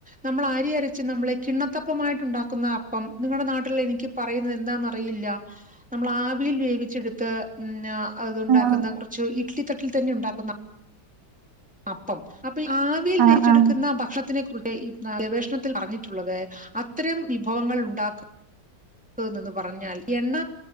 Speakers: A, in the centre; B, on the right.
A: നമ്മൾ അരി അര ച്ച് നമ്മളെ കിണ്ണത്തപ്പമായിട്ടുണ്ടാക്കുന്ന അപ്പം നിങ്ങടെ നാട്ടിൽ എനിക്ക് പറയുന്നത് എന്താന്നറിയില്ല നമ്മൾ ആവിയിൽ വേവിച്ചെടുത്ത് അതു ഉണ്ടാക്കുന്ന
B: ആഹ്
A: കുറച്ച് ഇഡ്ലി തട്ടിൽ തന്നെ ഉണ്ടാ അപ്പം അപ്പൊ ഈ ആവിയിൽ
B: ആഹ്
A: വെവിച്ചെടുക്കുന്ന
B: ആഹ്
A: ഭക്ഷണത്തിനെ കുറിച്ച് ഈ ഗവേഷ ഷണത്തിൽ പറഞ്ഞിട്ടുള്ളത് അത്തരം വിഭവങ്ങൾ ഉണ്ടാക്കു ന്ന് പറഞ്ഞാൽ എണ്ണ